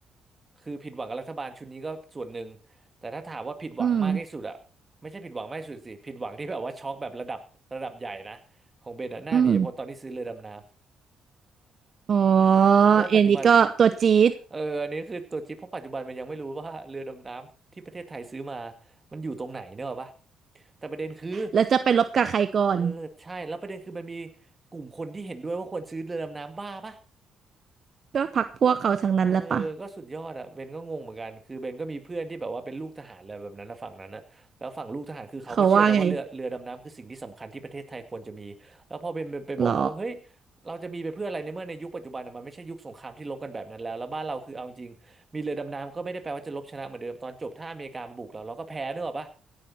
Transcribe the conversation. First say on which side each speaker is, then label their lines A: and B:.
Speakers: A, on the right; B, on the right.
A: คือผิดหวังกับรัฐบาลชุดนี้ก็ส่วนหนึ่งแต่ถ้าถามว่าผิดหวังมากที่สุดอะไม่ใช่ผิดหวังมากที่สุดสิผิดหวังที่แบบว่าช็อกแบบระดับระดับใหญ่นะของเบนอะหน้าหนีพ้นตอนที่ซื้อเรือดำน้
B: อืมอืมอ๋อ
A: ำ <laughs> เพราะว่าปัจจุบัน
B: เอ็นนี่ก็ตัวจี๊ด
A: เอออันนี้คือตัวจิ๊บเพราะปัจจุบันมันยังไม่รู้ว่าเรือดำน้ำที่ประเทศไทยซื้อมามันอยู่ตรงไหนเนกอะปะแต่ประเด็นคือ
B: แล้วจะไปลบกับใครก่อน
A: เออใช่แล้วประเด็นคือมันมีกลุ่มคนที่เห็นด้วยว่าควรซื้อเรือดำน้ำบ้าปะ
B: ก็พรรคพวกเขาทั้งนั้นแหล้วปะ
A: เออก็สุดยอดอะเบนก็งงเหมือนกันคือเบนก็มีเพื่อนที่แบบว่าเป็นลูกทหารอะไรแบบนั้นนะฝั่งนั้นนะแล้วฝั่งลูกทหารคือเขาก็เชื่อนะว่าเรือเรือดำน้ำคือสิ่งที่สำคัญที่ประเทศไทยควรจะมีแล้วพอเบนไปไปบอกเขาว่าเฮ้ย
B: เขาว่าไงหรอ
A: เราจะมีไปเพื่ออะไรในเมื่อในยุคปัจจุบันน่ะมันไม่ใช่ยุคสงครามที่รบกันแบบนั้นแล้วแล้วบ้านเราคือเอาจริงมีเรือดำน้ำก็ไม่ได้แปลว่าจะรบชนะเหมือนเดิมตอนจบถ้าอเมริกามาบุกเราเราก็แพ้นึกออกปะ